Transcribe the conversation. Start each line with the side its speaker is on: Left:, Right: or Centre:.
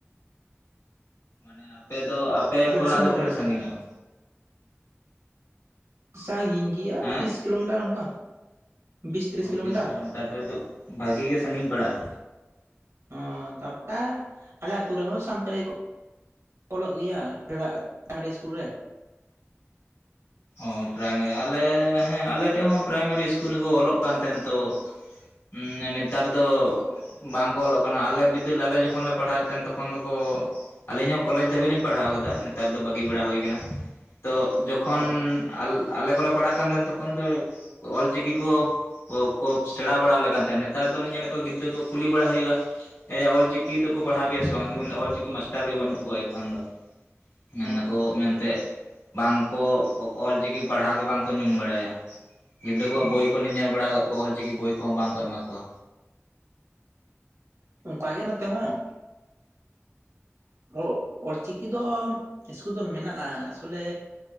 Left: ᱢᱟᱱᱮ ᱟᱯᱮ ᱫᱚ ᱟᱯᱮ ᱠᱷᱚᱱᱟᱜ
Right: ᱫᱤᱥᱚᱢ
Left: ᱫᱚ
Right: ᱚᱠᱟᱨᱮ
Left: ᱛᱤᱱᱟᱹᱜ
Right: ᱛᱟᱦᱚᱞᱮ?
Left: ᱥᱟᱺᱜᱤᱧᱚᱜᱼᱟ?
Right: ᱥᱟᱺᱜᱤᱧ ᱜᱮᱭᱟ
Left: ᱦᱮᱸ
Right: ᱵᱤᱥ ᱠᱤᱞᱳᱢᱤᱴᱟᱨ ᱚᱝᱠᱟ ᱵᱤᱥ, ᱛᱤᱨᱤᱥ
Left: ᱚ
Right: ᱠᱤᱞᱳᱢᱤᱴᱟᱨ᱾
Left: <unintelligible> ᱵᱷᱟᱜᱤ ᱜᱮ ᱥᱟᱺᱜᱤᱧ ᱯᱟᱲᱟᱜᱼᱟ᱾
Right: ᱚᱸᱻ ᱛᱟᱯᱚᱨᱮ ᱟᱞᱮ ᱟᱹᱛᱩ ᱨᱮᱦᱚᱸ ᱥᱟᱱᱛᱟᱲᱤ ᱠᱚ ᱚᱞᱚᱜ ᱜᱮᱭᱟ ᱯᱨᱟ, ᱯᱨᱟᱭᱢᱟᱨᱤ ᱤᱥᱠᱩᱞ ᱨᱮ᱾
Left: ᱚᱸᱻ ᱯᱨᱟᱭᱢᱟᱨᱤ ᱟᱞᱮ ᱦᱮᱸ ᱟᱞᱮ ᱴᱷᱮᱡ ᱦᱚᱸ ᱯᱨᱟᱭᱢᱟᱨᱤ ᱤᱥᱠᱩᱞ ᱨᱮᱠᱚ ᱚᱞᱚᱜ ᱠᱟᱱ ᱛᱟᱦᱮᱸᱱ ᱛᱚ, ᱩᱸᱻ ᱱᱮᱛᱟᱨ ᱫᱚ ᱵᱟᱝ ᱠᱚ ᱚᱞᱚᱜ ᱠᱟᱱᱟ ᱟᱞᱮ ᱵᱤᱫᱟᱹᱞ ᱟᱞᱮ ᱡᱚᱠᱷᱚᱱ ᱞᱮ ᱯᱟᱲᱦᱟᱣᱮᱫ ᱛᱟᱦᱮᱸᱱ ᱛᱚᱠᱷᱚᱱ ᱫᱚᱠᱚ ᱟᱞᱤᱧ ᱦᱚᱸ ᱠᱚᱞᱮᱡᱽ ᱫᱷᱟᱹᱵᱤᱡ ᱞᱤᱧ ᱯᱟᱲᱦᱟᱣ ᱟᱠᱟᱫᱟ, ᱱᱮᱛᱟᱨ ᱫᱚ ᱵᱟᱹᱜᱤ ᱵᱟᱲᱟ ᱦᱳᱭ ᱟᱠᱟᱱᱟ᱾ ᱛᱚ ᱡᱚ
Right: ᱚ
Left: -ᱠᱷᱚᱱ ᱟᱞ ᱟᱞᱮ ᱠᱚᱞᱮ ᱯᱟᱲᱦᱟᱜ ᱠᱟᱱ ᱛᱟᱦᱮᱸᱱ ᱛᱚᱠᱷᱚᱱ ᱫᱚ ᱚᱞ-ᱪᱤᱠᱚ ᱠᱚ ᱠᱚ ᱠᱚ ᱥᱮᱬᱟ ᱵᱟᱲᱟ ᱟᱞᱮ ᱠᱟᱱ ᱛᱟᱦᱮᱸᱱ, ᱱᱮᱛᱟᱨ ᱫᱚᱞᱮ ᱧᱮᱞᱮᱫ ᱠᱚᱣᱟ ᱜᱤᱫᱽᱨᱟᱹ ᱠᱚ ᱠᱩᱞᱤ ᱵᱟᱲᱟ ᱦᱩᱭᱩᱜᱼᱟ, ᱮ ᱭᱟ ᱚᱞ-ᱪᱤᱠᱤ ᱫᱚᱠᱚ ᱯᱟᱲᱦᱟᱣ ᱯᱮᱭᱟ ᱥᱮ ᱵᱟᱝ? ᱟᱫᱚ ᱠᱚ ᱢᱮᱱᱫᱟ ᱚᱞ-ᱪᱤᱠᱤ ᱢᱟᱥᱴᱟᱨ ᱜᱮ ᱵᱟᱹᱱᱩᱜ ᱠᱚᱣᱟ ᱮᱠᱷᱚᱱ ᱫᱚ᱾ ᱢᱮᱱ
Right: ᱚ
Left: ᱟᱠᱚ ᱢᱮᱱᱛᱮᱜ, ᱵᱟᱝ ᱠᱚ ᱚᱞ-ᱪᱤᱠᱤ ᱯᱟᱲᱦᱟᱣ ᱜᱮ ᱵᱟᱝᱠᱚ ᱧᱩᱢ ᱵᱟᱲᱟᱭᱟ᱾ ᱜᱤᱫᱽᱨᱟᱹ ᱠᱚᱣᱟᱜ
Right: ᱚ
Left: ᱵᱳᱭ ᱠᱚ ᱞᱤᱧ ᱧᱮᱞ ᱵᱟᱲᱟᱣ ᱠᱟᱫ ᱛᱟᱠᱚ ᱚᱞ-ᱪᱤᱠᱤ ᱵᱳᱭ ᱠᱚᱦᱚᱸ ᱵᱟᱝᱠᱚ ᱮᱢᱟ ᱠᱚᱣᱟ᱾
Right: ᱚᱝᱠᱟ ᱜᱮ ᱱᱚᱛᱮ ᱦᱚᱸ᱾ <unintelligible> ᱚᱞ-ᱪᱤᱠᱤ ᱫᱚ, ᱤᱥᱠᱩᱞ ᱫᱚ ᱢᱮᱱᱟᱜᱼᱟ ᱟᱥᱚᱞᱮ